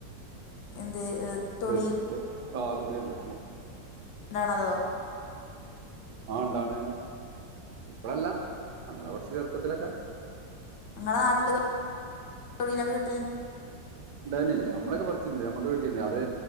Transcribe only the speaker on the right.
ഏത് ആ തൊടിണ്ട്.
ആണ്ടാവണേന ഇപ്പഴല്ല നമ്മള കൊർച്ച് ചെറുപ്പത്തിലൊക്കെ
ഡാന് ഞമ്മളൊക്കെ പറിച്ചിണ്ട് ഞമുക്ക് വീട്ടിണ്ട് അത്